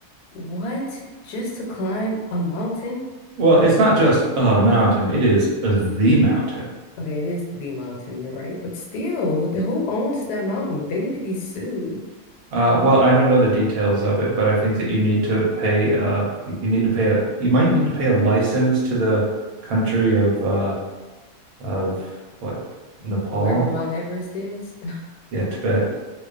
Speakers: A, on the left; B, on the right.
A: What? Just to climb a mountain?
B: Well, it's not just a mountain, it is the mountain.
A: Okay, it is the mountain, you're right. But still, the who owns that mountain? They need to be sued.
B: Uh, well, I don't know the details of it, but I think that you need to pay uh you need to pay a you might need to pay a license to the country of uh of what Nepal?
A: Wherever Mount Everest is. <sighs>
B: Yeah, Tibet.